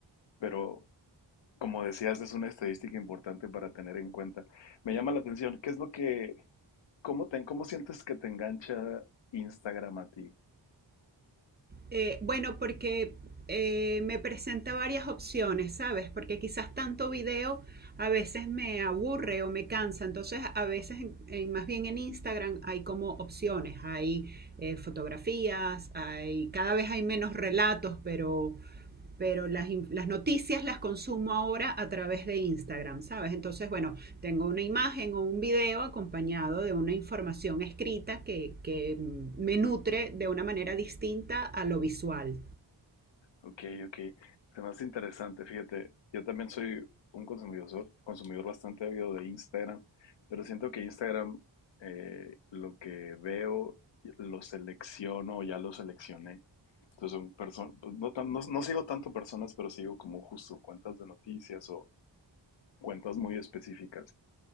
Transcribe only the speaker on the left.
Pero Como decías, es una estadística importante para tener en cuenta. Me llama la atención, ¿qué es lo que, cómo te, cómo sientes que te engancha Instagram a ti?
Ok, ok, se me hace interesante. Fíjate, yo también soy un consumidor, consumidor bastante ávido de Instagram, pero siento que Instagram, eh, lo que veo, lo selecciono, ya lo seleccioné. Entonces son personas, no, tan- no no sigo tanto personas, pero sigo como justo cuentas de noticias o cuentas muy específicas.